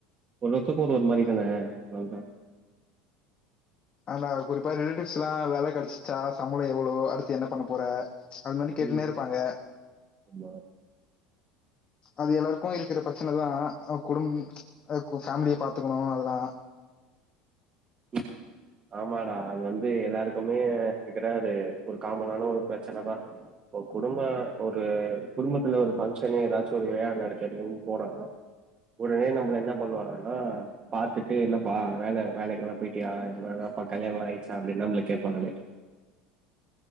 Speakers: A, on the right (about 35°); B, on the left (about 35°).
A: ஒரு ஒருத்தருக்கு ஒரு ஒரு மாரி தான அது தா
B: ஆனா குறிப்பா ரிலேட்டிவ்ஸ் எல்லா வேல கெடைச்சிச்சா சம்பளோ எவ்ளோ அடுத்து என்ன பண்ண போற அது மாறி கேட்டுனே
A: ம்.
B: இருப்பாங்க
A: ஆமா.
B: அது எல்லாருக்கு இருக்கிற பிரச்சனைதா குடும் அ ஃபேமிலியை பாத்துக்கணு அதெல்லா
A: <inaudible> ஆமாடா அது வந்து எல்லாருக்குமே இருக்கிற அது ஒரு காமனான ஒரு பிரச்சனைதா இப்ப குடும்பம் ஒரு குடும்பத்துல ஒரு ஃபங்க்ஷனு ஏதாச்சு ஒரு விழா நடக்கதுன்ன போனா உடனே நம்மளை என்ன பண்ணுவாங்கன்னா பாத்துட்டு என்ன பா வேல வேலைக்கெல்லா போயிட்டியா என்னாப்ப கல்யாணல்லா ஆயிச்சா அப்டின்னு நம்மள கேப்பாங்களே